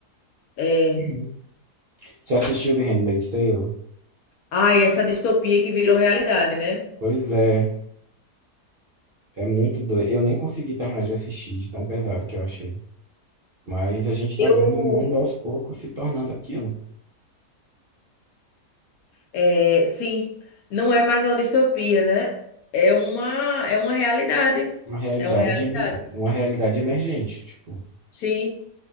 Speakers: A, on the left; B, on the right.
A: É,
B: Sim. Você assistiu The Handmaid's Tale?
A: ai, essa distopia que virou realidade, né?
B: Pois é. É muito doido. Eu nem consegui terminar de assistir de tão pesado que eu achei. Mas a gente tá
A: Eu,
B: vendo o mundo aos poucos se tornando aquilo.
A: é, sim, não é mais uma distopia, né? É uma, é uma realidade.
B: Uma realidade,
A: É uma realidade.
B: eme- uma realidade emergente. Tipo,
A: Sim,